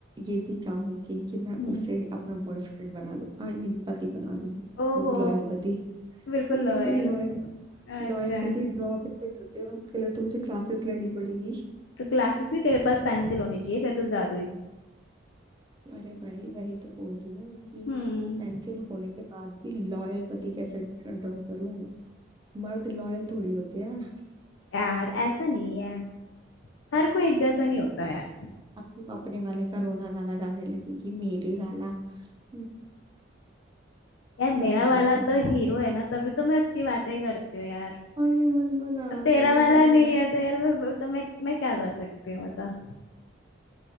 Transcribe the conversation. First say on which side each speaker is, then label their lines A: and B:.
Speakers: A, on the right; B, on the left.
A: ये भी चाहूंगी कि मैं
B: हम्म
A: उसे अपना बॉयफ्रेंड बना लूं आई मीन पति बना लूं
B: ओहो
A: वो भी लॉयल पति
B: बिल्कुल
A: लेकिन
B: लोयल
A: लॉयल
B: अच्छा
A: लॉयल पति ड्रॉप ऐसे करते हैं उसके लिए तो मुझे क्लासेस लेनी पड़ेगी
B: तो क्लासेस भी तेरे पास पेंसिल होनी चाहिए फिर तो जादू ही
A: अरे भाई वही तो बोल रही हूँ कि
B: हम्म
A: पेंसिल होने के बाद भी लॉयल पति कैसे ड्रॉ करूं मर्द लॉयल थोड़ी होते हैं
B: यार ऐसा नहीं है हर कोई एक जैसा नहीं होता यार
A: अब तू अपने वाले का रोना गाना गाने लगी कि मेरे वाला हम्म,
B: यार मेरा
A: मत बताया
B: वाला
A: कर
B: तो हीरो है ना तभी तो मैं उसकी बातें करती हूँ यार
A: अरे मत बना
B: अब तेरा
A: अगर मुझे
B: वाला
A: बुरा
B: नहीं
A: लगा।
B: है तो यार मैं तो मैं मैं क्या कर सकती हूँ बता